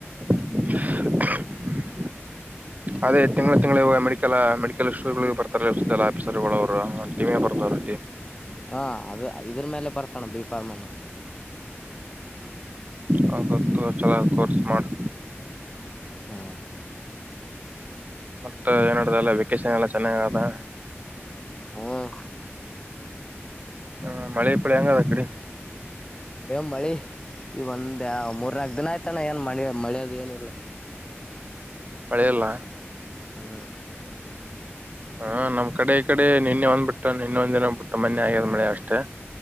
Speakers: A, on the right (about 35°); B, on the left (about 20°).
A: ಹೂ ಹು ಅದೇ ತಿಂಗಳ ತಿಂಗಳ ಮೆಡಲ್ ಮೆಡಿಕಲ್ ಶ್ಟೋರ್ ಬರ್ತಾರೆ ಆಫೀಸರ್ ಗಳು ಅವರು ಟಮ ಬರ್ತವ್
B: ಹಾ ಅದು ಇದ್ರ ಮೇಲೆ ಬರ್ಸೋಣ ಬಿ ಫಾರ್ಮನ್ನು
A: ಹೌದತ್ತು ಚಲ ಕೋರ್ಸ್ ಮಾಡು
B: ಹ್ಮ
A: ಮತ್ತತ್ ಏನಡಲ್ಲ ಷಲ್ಲ ಚೆನ್ನಾಗಾದಾ
B: ಹ್ಮ್
A: ಹ ಮಳೆ ಪಳ ಹೆಂಗದ ಅ ಕಡೆ
B: ಮಾಡಿ ಇವನ್ ಮೂರ್ ನಕಕ್ ದಿನಯ್ತಾನ ನ್ ಮಾಡ ಅೆ ಮಳೆ ಅದ ಏನಿಲ್ಲ
A: ಮಳೆ ಇಲ್ಲ
B: ಹಾ
A: ಹಾ ನಮ್ ಕಡೆ ಈ ಕಡೆ ನಿನ್ನೆ ಒಂದ್ಬಿಟ್ಟು ನಿನ್ನೆಂದ ದಿನಂದ್ಬಿಟ್ಟು ಮೊನ್ನೆ ಆಗ್ಯದ್ ಮಳೆ ಅಷ್ಟೇ